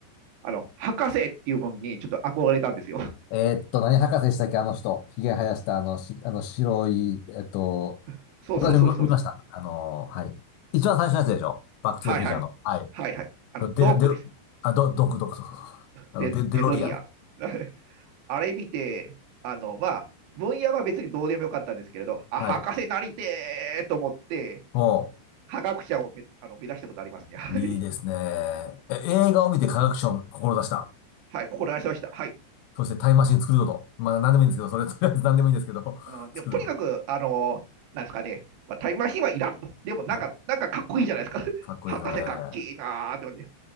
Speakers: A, on the right; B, on the left.
A: あの、博士っていうものにちょっと憧れたんですよ。
B: えーっと、何博士でしたっけ、あの人。ひげ生やしたあの、し、あの白い、えっと、
A: <laughs> そうそうそうそうそう。
B: 私も見ました。あの、はい。一番最初のやつでしょバックトゥザフューチャーの。
A: はいはい。
B: はい。
A: はいはい。あの、
B: デル、
A: ドックです。
B: デル、あ、ド、ドク、ドク、ドク、あの、
A: レ、
B: デ、デロリアン。
A: レドリアン。<laughs> あれ見て、あの、まあ、分野は別にどうでもよかったんですけれど、あ、
B: はい。
A: 博士なりてーと思って、
B: も
A: 科学者をめ、あの、目指したことありますね。<laughs> はい。
B: う、いいですね。え、映画を見て科学賞を志した。
A: はい、ここしました。はい。
B: そしてタイムマシン作るぞと。まあ何でもいいんですけど、それとりあえず何でもいいんですけど、
A: うん、でもとにかく、
B: <laughs> 作るぞ。
A: あのなんですかね、まあ、タイムマシンはいらんと。でもなんか、
B: はい。
A: なんかかっこいいじゃないですか。
B: かっこいいですよね。
A: <laughs> 博士かっけえなーって思って、